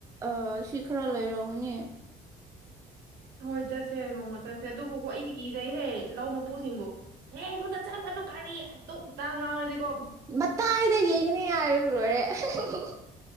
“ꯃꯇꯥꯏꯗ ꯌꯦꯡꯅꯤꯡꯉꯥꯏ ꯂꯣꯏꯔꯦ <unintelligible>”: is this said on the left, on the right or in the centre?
Right